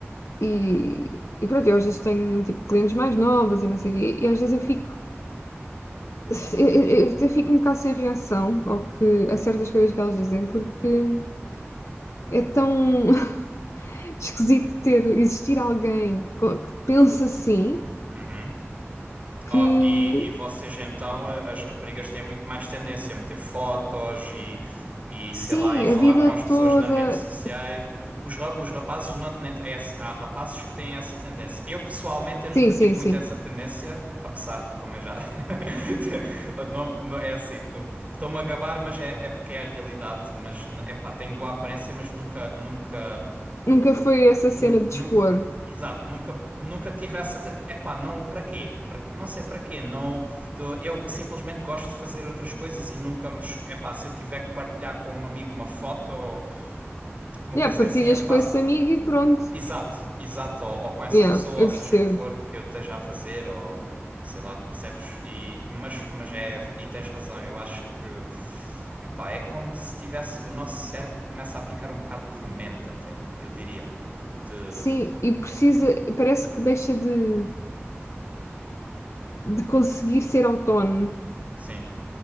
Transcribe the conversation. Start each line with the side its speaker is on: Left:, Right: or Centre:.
Left: E, e pronto, eu às vezes tenho tipo clientes mais novas e não sei o quê, e às vezes eu fico, <laughs> eu, eu- eu até fico um bocado sem reação ao que, a certas coisas que elas dizem, porque É tão <laughs> esquisito ter existir alguém que, co- que pensa assim,
Right: Uhum.
Left: que
Right: Ah, e, e vocês então, a- as raparigas têm muito mais tendência a meter fotos e, e
Left: sim,
Right: sei lá, e falar
Left: a vida
Right: com as pessoas
Left: toda.
Right: nas redes sociais. Os, ra- os rapazes, não, nem t- é assim- há rapazes que têm essa tendência. Eu pessoalmente, eu
Left: Sim,
Right: nunca tive
Left: sim,
Right: muito
Left: sim.
Right: essa tendência, apesar de, como eu já. <laughs> não, não- é assim, estou-me a gabar, mas é, é porque é a realidade. Mas, é pá, tenho boa aparência, mas nunca, nunca.
Left: Nunca foi essa
Right: Nu,
Left: cena de
Right: nu-
Left: expor.
Right: Exato, nunca, nunca tive essa. te- Epá, não, para quê? Para, quê? não sei para quê. Não, tô- eu simplesmente gosto de fazer outras coisas e nunca me. chego- Epá, se eu tiver que partilhar com um amigo uma foto ou uma
Left: Yeah,
Right: coisa
Left: partilhas
Right: assim, eu faço.
Left: com esse amigo e pronto.
Right: Exato, exato. Ou, ou com essa
Left: Yeah,
Right: pessoa,
Left: eu
Right: ou seja
Left: percebo.
Right: o que for que eu esteja a fazer, ou sei lá, percebes? E, mas, mas é. E tens razão, eu acho que. Epá, é como se tivesse. O nosso cérebro começa a ficar um bocado dormente, até, eu diria. De.
Left: Sim, e precisa, parece que deixa de, de conseguir ser autónomo.
Right: Sim.